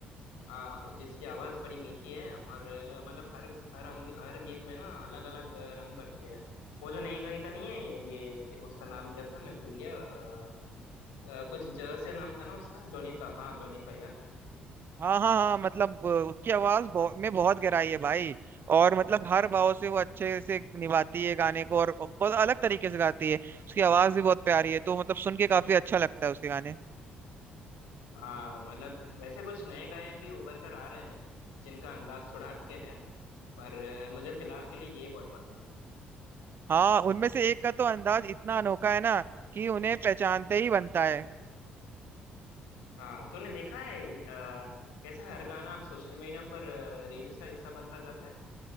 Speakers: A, on the left; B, on the right.
A: आ, जिसकी आवाज बड़ी मीठी है और अ, मतलब हर हर अंग, हर गीत में ना अलग अलग रंग भरती है वो जो नई गायिका नहीं है ये ये उसका नाम क्या था मैं भूल गया अ, अ, कुछ जगह से नाम था ना उसका जोनीता हाँ जोनीता यार
B: हाँ हाँ हाँ मतलब अ, उसकी आवाज बहु, में बहुत गहराई है भाई और मतलब हर भाव से वो अच्छे से निभाती है गाने को और बहुत अलग तरीके से गाती है उसकी आवाज भी बहुत प्यारी है तो मतलब सुन के काफी अच्छा लगता है उसके गाने
A: हाँ मतलब वैसे कुछ नए गायक भी उभर कर आ रहे हैं जिनका अंदाज थोड़ा हटके है पर अ, मुझे फिलहाल के लिए ये बहुत पसंद है
B: हाँ उनमें से एक का तो अंदाज इतना अनोखा है ना कि उन्हें पहचानते ही बनता है
A: हाँ तूने देखा है अ, कैसे हर गाना अब सोशल मीडिया पर रील्स का हिस्सा बनता जाता है